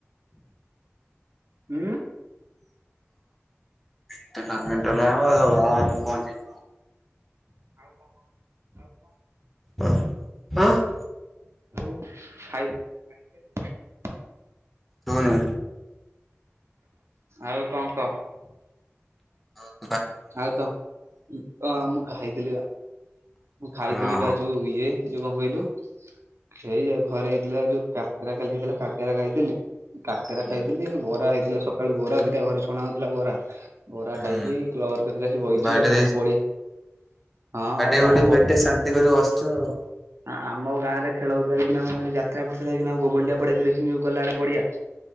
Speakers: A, on the right; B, in the centre.
A: ଉଁ
B: <unintelligible> ପହଞ୍ଚିବ
A: ଆଉ କଣ କ ଆଉ କଣ?
B: କହୁନୁ ହଁ
A: ଆଉ ଖାଇ <unintelligible>
B: ହଁ ନା
A: ଆଉ କଣ କହ?
B: କହ
A: ଆଉ ତ ଅ ମୁଁ ଖାଇଥିଲି ବା ମୁଁ ଖାଇଥିଲି
B: ହଁ
A: ବା ଯୋଉ ଇଏ ଯୋଉ କଣ କହିଲୁ ସେଇଯା ଘରେ ହେଇଥିଲା ଯୋଉ କାକେରା କାଲି ହେଇଥିଲା କାକେରା ଖାଇଥିଲି। କାକେରା
B: ହୁଁ
A: ଖାଇଥିଲି ବରା ହେଇଥିଲା ସକାଳୁ ବରା ଦିଟା ଘରେ ଛଣା ହଉଥିଲା ବରା ବରା
B: ହୁଁ।
A: ଖାଇକି ଏଇ କ୍ଳବ୍ ଘର କତିରେ ଅସିକି ବଇଚି
B: ବାଡେଇ
A: ଆଉ କଣ ପଳେଇଆ ହଁ ଆଉ
B: ତୁ
A: ତମ
B: ଟେ ପେଟେ ଶାନ୍ତି କରି ବସିଛୁ ଆଉ।
A: ହଁ ଆମ ଗାଁରେ ଖେଳଉଥିଲା ଦେଖିନୁ ଆମ ଗାଁ ରେ ଯାତ୍ରା ପଡିଥିଲା ଦେଖିନୁ ଘୁଗୁଣ୍ଡିଆ ପଡିଆ ଯଉ ଦେଖିନୁ ଯୋଉ ଗଲାବେଳେ ପଡିଆ <inaudible>